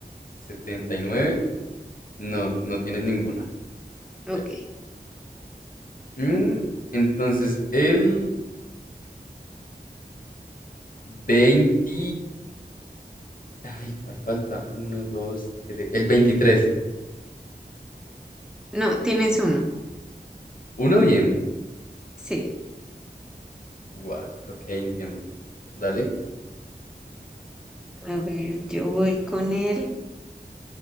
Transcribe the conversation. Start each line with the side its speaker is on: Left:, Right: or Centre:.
Left: setenta y nueve No, no tienes ninguna.
Centre: Ok.
Left: Cero. Mm, entonces, el 20... Ay, ¿cuál falta? uno dos tres El veintitrés
Centre: No, tienes uno.
Left: Uno bien.
Centre: Sí.
Left: What? Ok, entiendo. Dale.
Centre: A ver, yo voy con él.